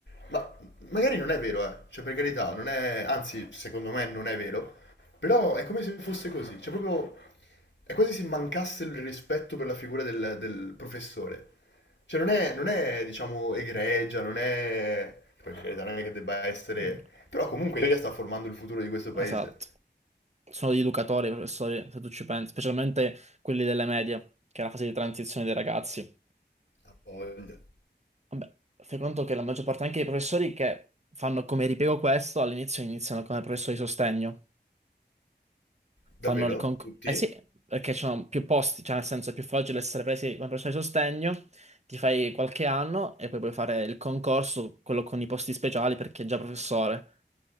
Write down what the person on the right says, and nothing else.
Mhm.
Esatto, sono gli educatori, i professori, se tu ci pensi, specialmente quelli delle medie, che è la fase di transizione dei ragazzi.
Vabbè, fai conto che la maggior parte anche dei professori che fanno come ripiego questo all'inizio iniziano come professori di sostegno.
Fanno il concorso.
Eh sì, perché ci sono più posti, cioè nel senso è più facile essere presi come professore di sostegno, ti fai qualche anno e poi puoi fare il concorso, quello con i posti speciali perché è già professore.